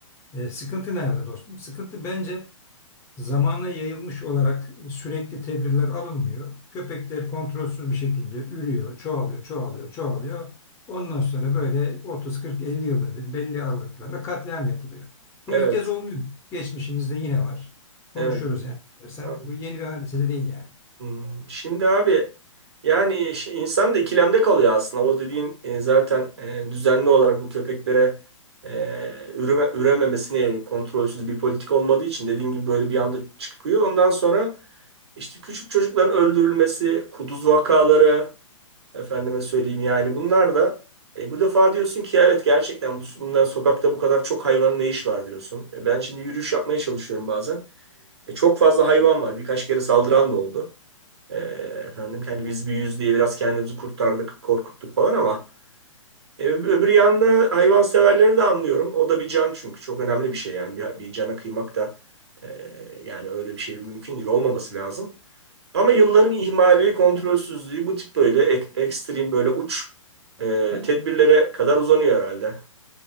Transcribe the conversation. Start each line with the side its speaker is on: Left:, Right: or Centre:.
Left: E, sıkıntı nerede dostum? Sıkıntı bence Zamana yayılmış olarak sürekli tedbirler alınmıyor. Köpekler kontrolsüz bir şekilde ürüyor, çoğalıyor, çoğalıyor, çoğalıyor. Ondan sonra böyle 30, 40, 50 yılda bir belli aralıklarla katliam yapılıyor. Bu
Right: Evet
Left: ilk kez olmuyor. Geçmişimizde yine var. Konuşuruz
Right: evet
Left: yani istersen.
Right: tamam.
Left: Bu yeni bir hadise de değil yani.
Right: Hmm, Şimdi abi yani şi- insan da ikilemde kalıyor aslında. O dediğin e, zaten e, düzenli olarak bu köpeklere e, üreme, ürememesine yönelik kontrolsüz bir politik olmadığı için dediğin gibi böyle bir anda çıkıyor. Ondan sonra işte küçük çocukların öldürülmesi, kuduz vakaları efendime söyleyeyim yani bunlar da e, bu defa diyorsun ki evet gerçekten bu, bundan sokakta bu kadar çok hayvanın ne işi var diyorsun. E, ben şimdi yürüyüş yapmaya çalışıyorum bazen. E, çok fazla hayvan var. Birkaç kere saldıran da oldu. E, efendim kendi biz büyüyüz diye biraz kendimizi kurtardık, korkuttuk falan ama e, öbür yanda hayvanseverleri de anlıyorum. O da bir can çünkü çok önemli bir şey yani bir, bir cana kıymak da e, yani öyle bir şey mümkün değil olmaması lazım. Ama yılların ihmali, kontrolsüzlüğü bu tip böyle ek- ekstrem böyle uç e, tedbirlere kadar uzanıyor herhalde.